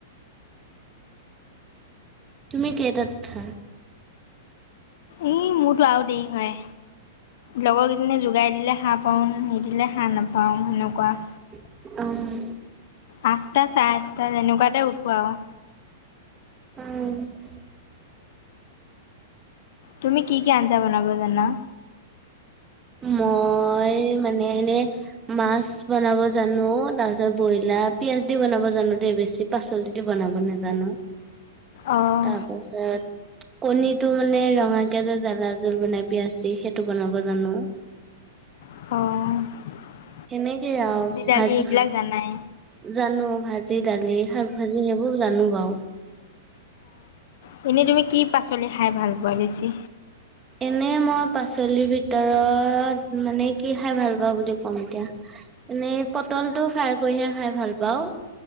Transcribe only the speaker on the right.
তুমি কেইটাত উঠা?
অ'।
অ'।
মই মানে এনে মাছ বনাব জানো, তাৰ পিছত ব্ৰইলাৰ পিয়াজ দি বনাব জানো দেই বেছি। পাচলিটো বনাব নাজানো।
তাপাছত কণীটো মানে ৰঙাকে যে জ্বালা জোল বনাই পিয়াজ দি সেইটো বনাব জানো।
সেনেকেই আৰু
ভাজি
জানো ভাজি, দালি, শাক ভাজি সেইবোৰ জানো বাৰু।
এনে মই পাচলিৰ ভিতৰত মানে কি খাই পাওঁ বুলি ক'ম এতিয়া এনেই পটলটো ফ্ৰাই কৰিহে খাই ভাল পাওঁ